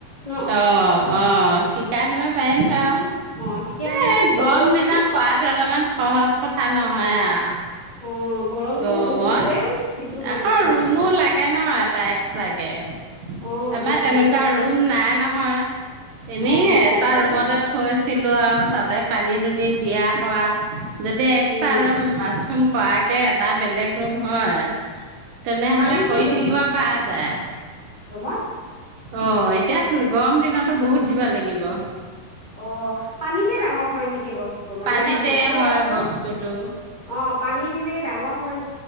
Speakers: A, on the left; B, on the right.
A: ন
B: অ', অ শিকাই দিব পাৰিম'। এ
A: অঁ তেতিয়া মানে কৰিব
B: গৰম
A: পাৰিম
B: নিধন কৰাটোো অলপমান সহজ কথা নহয় আৰু।
A: অঁ গৰমটো
B: গৰমত
A: বহুত যে সেইটো কাৰণে
B: আকৌ
A: অঁ
B: ৰুমো লাগে ন তাই লাগে'।
A: অঁ
B: আমাৰ
A: অঁ
B: তেনেকুৱা ৰুম নাই'। নহয়। এনেই
A: অ
B: এটা
A: কৰিবলৈ
B: ৰুমতে থৈছে। ছিলো আৰু তাতে পানী দুনি দিয়া কৰা। যদি এক্সট্ৰা
A: উম
B: আৰু মাছৰুম কৰা <unintelligible> এ এটা বেলেগ ৰুম হয়, তেনেহলে
A: পানী কি
B: কৰি থাকিব প যায়।
A: সমঠ <unintelligible>
B: অ, এতিয়া গৰম দিনতো বহুত দিবা লাগিব।
A: অ পানীতে ডাঙৰ হয় নেকি বস্তু? তো মানে
B: পানীতে
A: মই দেখিয়ে
B: হয়
A: আছো
B: বস্তুটো
A: অ পানী দিলেই ডাঙৰ হয়'।